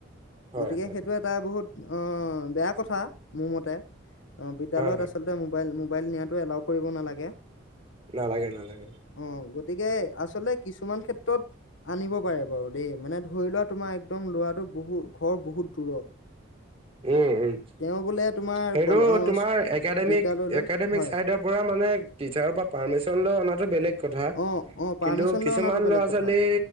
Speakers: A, on the right (about 25°); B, on the left (about 70°).
A: হয়
B: গতিকে
A: হয়
B: সেইটোৱে এটা বহুত অ' বেয়া কথা মোৰ মতে। অ' বিদ্যালয়ত
A: হয় হয়
B: আচলতে মোৰ মবাইল, মোবাইল নিয়াটো এলাও কৰিব নালাগে।
A: নালাগে নালাগে
B: অ' গতিকে আচলতে কিছুমান ক্ষেত্ৰত আনিব পাৰে বাৰু দেই, মানে ধৰি লোৱা তোমাৰ একদম ল'ৰাটো বহুত ঘৰ বহুত দূৰত।
A: উম', উম'
B: তেওঁ বোলে তোমাৰ
A: সেইটো
B: কলে অ
A: তোমাৰ একাডেমিক',
B: বিদ্যালয়লৈ
A: একাডেমিক'
B: হয়
A: চাইড ৰ পৰা মানে টিচাৰৰ পৰা পাৰ্মিচন লৈ অনাটো বেলেগ কথা,
B: অ অ পাৰ্মিশন
A: কিন্তু কিছুমান
B: লৈ অনাটো বেলেগ
A: ল'ৰা-ছোৱালী
B: কথা